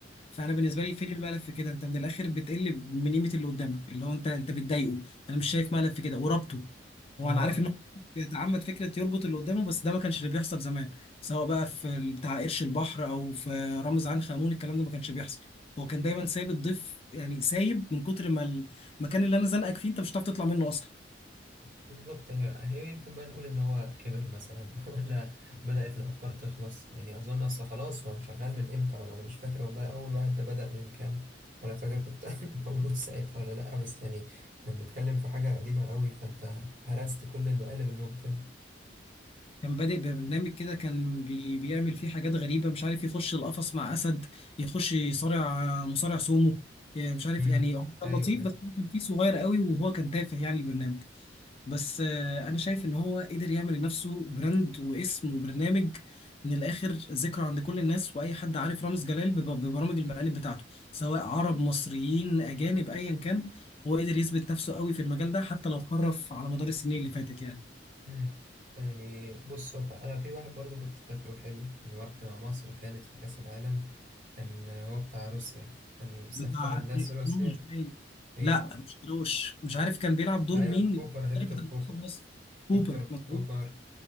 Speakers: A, on the left; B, on the right.
A: فانا بالنسبه لي فين الملف في كده انت من الاخر بتقل من قيمه اللي قدامك اللي هو انت انت بتضايقه انا مش شايف ملل في كده وربطه هو
B: ما هو
A: انا عارف انه بيتعمد فكره يربط اللي قدامه بس ده ما كانش اللي بيحصل زمان سواء بقى في ال- بتاع قرش البحر او في رامز عنخ آمون الكلام ده ما كانش بيحصل هو كان دايما سايب الضيف يعني سايب من كتر ما المكان اللي انا زنقك فيه انت مش هتعرف تطلع منه اصلا
B: بالظبط يعني هي يمكن بقى نقول ان هو كبر مثلا <laughs> ولا بدأت الافكار تخلص يعني اظن اصل خلاص هو شغال من امتى وانا مش فاكر والله اول واحد ده بدأ من كام ولا فاكر كنت <laughs> مولود ساعتها ولا لا بس يعني احنا بنتكلم في حاجة قديمة قوي فانت هرست كل المقالب الممكن
A: كان بادئ ببرنامج كده كان بي بيعمل فيه حاجات غريبة مش عارف يخش القفص مع أسد يخش يصارع مصارع سومو مش عارف
B: امم
A: يعني هو كان
B: ايوه
A: لطيف
B: ايوه
A: بس هو كان فيه صغير قوي وهو كان تافه يعني البرنامج بس آه، انا شايف ان هو قدر يعمل لنفسه براند واسم وبرنامج من الاخر ذكرى عند كل الناس واي حد عارف رامز جلال بب- ببرامج المقالب بتاعته سواء عرب مصريين اجانب ايا كان هو قدر يثبت نفسه قوي في المجال ده حتى لو خرف على مدار السنين اللي فاتت يعني
B: مم. يعني بص هو انا في واحد برضو كنت فاكره حلو كان وقت ما مصر كانت في كأس العالم كان هو بتاع روسيا كان سفر
A: بتاع
B: الناس
A: كيروش
B: روسيا
A: باين
B: ايه
A: لا مش كيروش مش عارف كان بيلعب دور
B: ايوه
A: مين
B: كوبر
A: المدرب
B: هيكتور
A: بتاع
B: كوبر
A: منتخب مصر كوبر
B: هيكتور كوبر
A: مظبوط